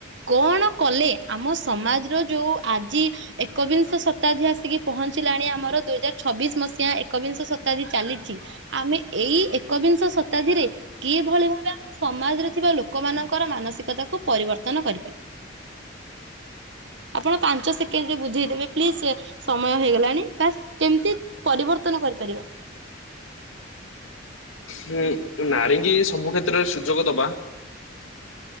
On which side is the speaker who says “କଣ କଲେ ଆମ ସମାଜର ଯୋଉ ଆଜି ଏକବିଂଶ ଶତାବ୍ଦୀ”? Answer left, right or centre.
Right